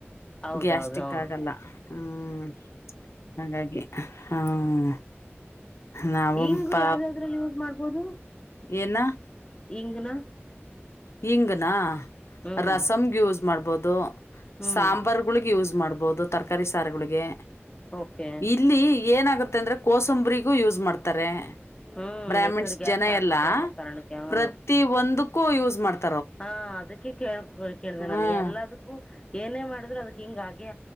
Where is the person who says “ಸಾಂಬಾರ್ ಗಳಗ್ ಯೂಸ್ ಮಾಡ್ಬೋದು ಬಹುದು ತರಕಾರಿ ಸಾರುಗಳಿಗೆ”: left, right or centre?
Left